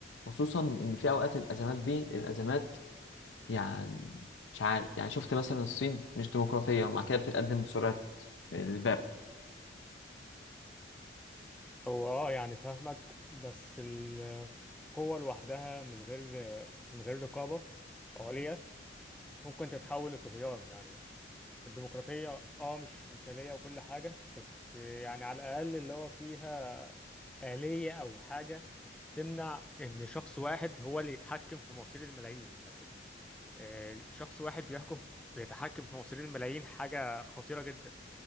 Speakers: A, on the left; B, in the centre.
A: خصوصا ان في اوقات الازمات دي الازمات يعني مش عارف يعني شفت مثلا الصين مش ديمقراطيه ومع كده بتتقدم بسرعه البرق
B: هو اه يعني فاهمك بس القوة لوحدها من غير من غير رقابة عليا ممكن تتحول لطغيان يعني الديمقراطية اه مش مثالية وكل حاجة بس يعني على الأقل اللي هو فيها آلية أو حاجة تمنع إن شخص واحد هو اللي يتحكم في مصير الملايين لكن آه، شخص واحد بيحكم بيتحكم في مصير الملايين حاجة خطيرة جدا